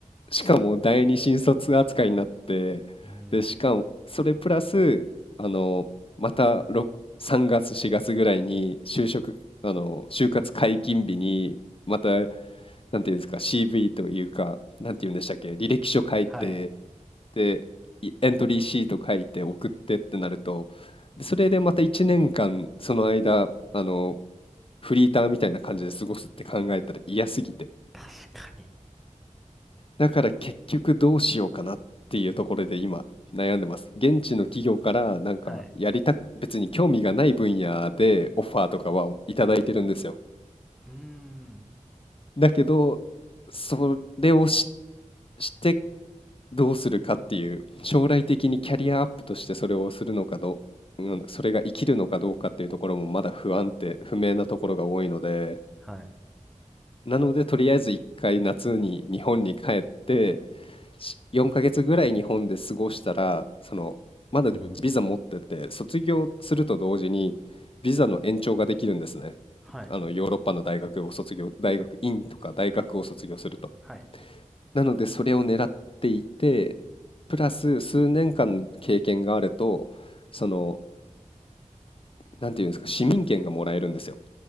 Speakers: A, on the left; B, in the centre.
A: しかも第二新卒扱いになって、
B: うん。
A: で、しかも、それプラス、あの、また6 3月、4月ぐらいに就職、あの、就活解禁日に、また、なんていうんですか、CV というか、なんていうんでしたっけ、履歴書書いて、
B: はい。
A: で、いエントリーシート書いて送ってってなると、でそれでまた1年間、その間、あの、フリーターみたいな感じで過ごすって考えたら嫌すぎて。
B: 確かに。
A: だから結局どうしようかなっていうところで今悩んでます。現地の企業からなんかやりたく、
B: はい。
A: 別に興味がない分野でオファーとかはいただいてるんですよ。
B: うーん。
A: だけど、それをし、してどうするかっていう、将来的にキャリアアップとしてそれをするのかどう、うん、それが生きるのかどうかっていうところもまだ不安定、不明なところが多いので、
B: はい。
A: なのでとりあえず一回夏に日本に帰って、し4ヶ月ぐらい日本で過ごしたら、その、まだ自分ビザ持ってて、卒業すると同時に、ビザの延長ができるんですね。
B: はい。
A: あの、ヨーロッパの大学を卒業、大学院とか大学を卒業すると。
B: はい。
A: なので、それを狙っていて、プラス数年間経験があると、その、なんていうんですか、市民権がもらえるんですよ。